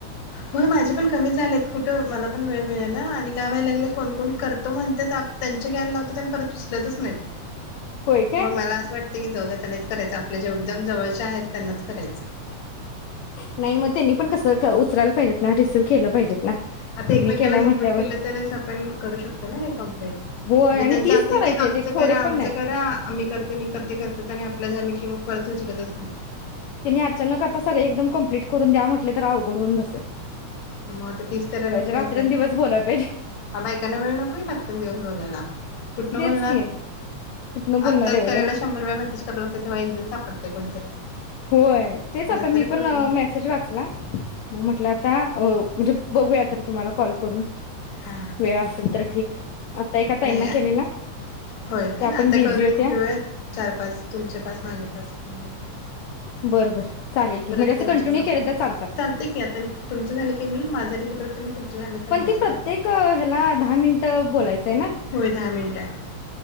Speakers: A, on the left (about 55°); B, on the left (about 75°).
A: होय माझे पण कमी झालेत कुठं मला पण वेळ मिळे ना आणि काय व्हायला लागलय कोण कोण करतो म्हणतात आप त्यांचे घ्यायला लावतात आणि परत उचलतच नाहीत.
B: होय काय?
A: हो मला असं वाट ते जाऊ द्या त्यांनाच करायचं आपल्या जे एकदम जवळच्या आहेत त्यांनाच करायचं.
B: नाही मग त्यांनी पण कस उचलायला पाहिजेत ना रिसिव केलं पाहिजेत ना
A: आता
B: तुम्ही
A: एकमेकाला
B: केलाय
A: सपोर्ट
B: म्हटल्यावर
A: केलं तरच आपण करू शकतो ना हे कंप्लिट
B: होय
A: म्हणजे
B: आणि
A: त्यांच
B: तीच
A: असं
B: करायचे
A: आहे की आमच
B: आहेत एक थोडे
A: करा
B: पण
A: आमच
B: नाहीत.
A: करा आ मी करते मी करते करत्यात आणि आपल झाली की, की मग परत उचलतच नाहीत.
B: त्यांनी अचानक आता सगळे एकदम कंप्लीट करून द्या म्हटले तर अवघड होऊन बसल.
A: मग आता तीस करायलाच पाहिजे.
B: रात्रंदिवस बोलाय पाहिजे
A: हा बायकांना वेळ नकोय रात्रं दिवस बोलायला. कुठन
B: तेच
A: बोलणार
B: की कुठनं बोलणार
A: आत्ताच
B: एवढं
A: करायला शंभर वेळा मेसेज कराला लागतय तेव्हा एक जण सापडते कोणतरी
B: होय तेच
A: नंतर
B: आता मी
A: कुठले
B: पण अ मेसेज वाचला म म्हटलं आता अ म्हणजे बघूया तरी तुम्हाला कॉल करून
A: हा
B: वेळ असेल तर ठीक आता एका ताईंना
A: नाही
B: केलेला
A: होय काय
B: त्या पण
A: आता
B: बिझी
A: करून
B: होत्या
A: घेऊयात चार पाच तुमचे पाच माझे पाच होऊन जातील एकदाचा
B: बरं बर चालेल की
A: परत
B: म्हणजे असं
A: त्यांच्या
B: कंटिन्यू
A: नको
B: केलं तर चालतात
A: चालतय की आता तुमचं झालं की मी माझं तरी ही प्रथमी तुमं झाल का
B: पण
A: <unintelligible>
B: ते प्रत्येक ह्याला दहा मिनिट बोलायचंय ना
A: होय दहा मिनिटं